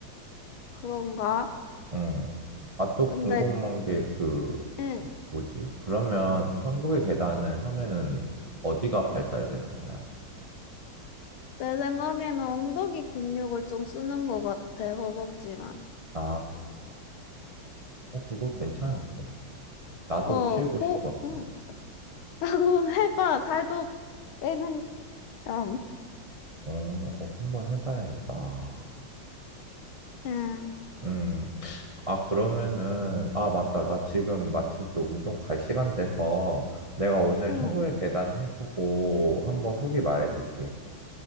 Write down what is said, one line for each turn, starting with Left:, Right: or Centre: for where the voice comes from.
Left: 그런가?
Right: 음. 아, 또
Left: 근데,
Right: 궁금한
Left: 그-
Right: 게 그,
Left: 응,
Right: 뭐지? 그러면 천국의 계단을 하면은 어디가 발달되는 거야?
Left: 내 생각에는 엉덩이 근육을 좀 쓰는 것 같아. 허벅지랑.
Right: 아, 어, 그거 괜찮은데? 나도
Left: 어,
Right: 키우고
Left: 코,
Right: 싶어서.
Left: 응, 하고 <laughs> 해봐. 살도 빼는 겸.
Right: 어, 어, 한번 해봐야겠다.
Left: 응,
Right: 음. 아, 그러면은, 아, 맞다. 나 지금 마침 또 운동 갈 시간 돼서 내가 오늘
Left: 응,
Right: 천국의 계단 해보고 한번 후기 말해줄게.